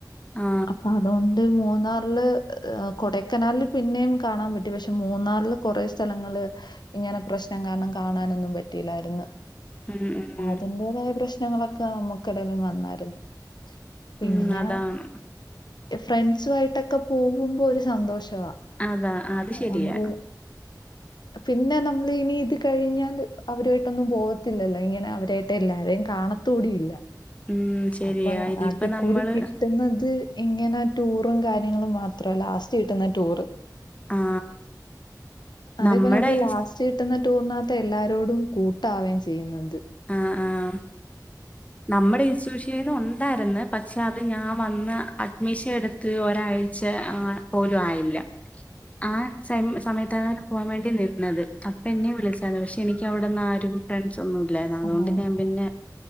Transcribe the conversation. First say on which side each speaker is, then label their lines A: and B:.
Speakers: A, on the left (about 20°); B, on the left (about 80°).
A: ആ
B: അപ്പൊ അതോണ്ട് മൂന്നാറില് കൊടക്കനാല്- പിന്നെയും കാണാൻ പറ്റും പക്ഷെ മൂന്നാറില് കൊറേ സ്ഥലങ്ങള്- ഇങ്ങനെ പ്രശ്നം കാരണം കാണാനൊന്നും പറ്റിയില്ലാര്ന്ന്.
A: ഉം ഉം
B: അതിന്റേതായ പ്രശ്നങ്ങളൊക്കെ നമ്മക്കിടയിലും വന്നാരുന്നു. പിന്നെ
A: ഉം അതാണ്
B: ഫ്രണ്ട്സുയിട്ടൊക്കെ പോവുമ്പോ ഒരു സന്തോഷവാ
A: അതാ അത്
B: ആഹ്
A: ശരിയാ
B: നമ്മള് പിന്നെ നമ്മള് ഇനി ഇത് കഴിഞ്ഞാല് അവരുയിട്ടൊന്നും പോകത്തില്ലല്ലോ ഇങ്ങനെ അവരായിട്ട് എല്ലാരേം കാണ- ത്തൂടിയില്ല
A: ഉം ശരിയാ
B: അപ്പൊ
A: ഇനിയിപ്പ
B: ആകെക്കൂടി
A: നമ്മള്
B: കി - ത് ന്നത് ഇങ്ങനെ ടൂറും കാര്യങ്ങളും മാത്രയല്ല ലാസ്റ്റ് കിട്ടുന്ന ടൂറ്.
A: ആ
B: അതേപോലെ
A: നമ്മടെ
B: നമ്മക്ക് ലാസ്റ്റ് കിട്ടുന്ന ടൂറിനകത്താ എല്ലാരോടും കൂട്ടാവേം ചെയ്യ്ന്നത്.
A: ആഹ് ആഹ് നമ്മടെ ഇൻസ്‌ട്യൂഷൻ - ന്റെലും ഒണ്ടാര്ന്ന് പക്ഷെ അത് ഞാൻ വന്ന് അഡ്മിഷൻ എടുത്ത് ഒരാഴ്ച ആഹ്- പോലും ആയില്ല ആഹ് സെമ്മ് സമയത്താണ് പോകാൻ വേണ്ടി നിന്നത് അപ്പ എന്നെ വിളിച്ചാരുന്ന് പക്ഷെ എനിക്ക് അവിടെന്ന് ആരും- ഫ്രണ്ട്സ് ഒന്നും ഇല്ലാരുന്നു അതുകൊണ്ട്
B: അങ്ങനെ
A: ഞാൻ പിന്നെ